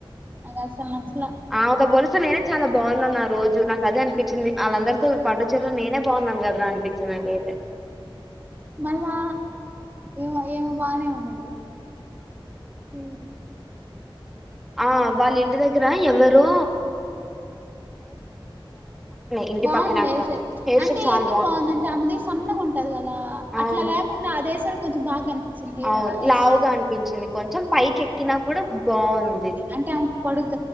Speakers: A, on the right; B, in the centre.
A: నాకు అసలు నచ్చలా
B: ఆమెతో పోలిస్తే నేనే చాలా బాగున్నాను ఆ రోజు నాకు అదే అం పించింది వాళ్ళందరితో పట్టు చీరలో నేనే బాగున్నాను కదా రా అనిపి చి నాకైతే
A: మళ్ళా ఇమ ఇమ బానే ఉంది హ్మ్
B: ఆ వాళ్ళ ఇంటి దగ్గర ఎవ రూ ఇంటి
A: బాగుంది
B: పక్కనే
A: హెయిర్
B: అక్క
A: స్టైల్
B: హెయిర్
A: అంటే
B: స్టైల్ చాలా
A: ఎందుకు బాగుంది అంటే ఆమె ది సన్నగా ఉంటది కదా
B: అవును
A: అట్లా లేకుండా అదేశాలు కొంచెం బాగా కనిపించింది హెయిర్
B: అవును
A: ఆ హెయిర్
B: లావుగా
A: స్టైల్
B: అనిపించింది కొంచెం పైకి ఎక్కినా కూడా బాగుంది
A: అంటే ఆమెకు పొడుగు